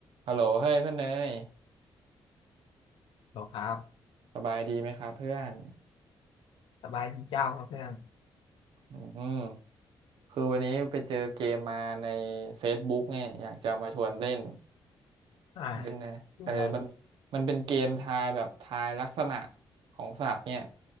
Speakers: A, on the right; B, on the left.
A: ฮัลโหลเฮ้ยเพื่อนเนย
B: หรอครับ
A: สบายดีไหมครับเพื่อน
B: สบายดีเจ้าครับเพื่อน
A: อืมคือวันนี้ไปเจอเกมมาใน Facebook เนี่ยอยากจะมาชวนเล่น
B: อ่า
A: เล่นนะเออมัน
B: พูดออะไร
A: มันเป็นเกมทายแบบทายลักษณะของสัตว์เนี่ย